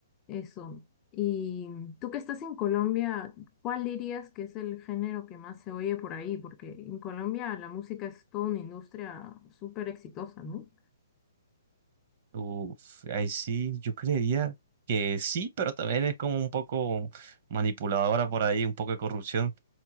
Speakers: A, on the left; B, on the right.
A: eso. Y tú que estás en Colombia, ¿cuál dirías que es el género que más se oye por ahí? Porque en Colombia la música es toda una industria súper exitosa, ¿no?
B: Uf, ahí sí, yo creería que sí, pero también es como un poco manipuladora por ahí, un poco de corrupción.